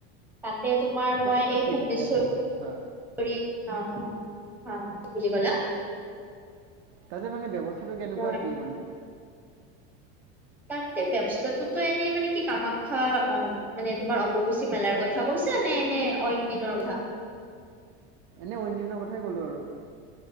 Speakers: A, in the centre; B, on the right.
A: তে তোমাৰ
B: কেনেকুৱা
A: মই এই
B: কি
A: ভুৱনেশ্ব
B: তাতে ব্যৱস্থা
A: ৰী, অ অ কি বুলি ক'লা?
B: তাতে মানে ব্যৱস্থাটো কেনেকুৱা
A: মই
B: কি মানে?
A: <unintelligible> ত' এনেই মানে কি কামাখ্যা অ মানে তোমাৰ অম্বুবাচী মেলাৰ কথা কৈছা নে নে অইন দিনৰ কথা?
B: এনে অইন দিনৰ কথাই ক'লোঁ আৰু।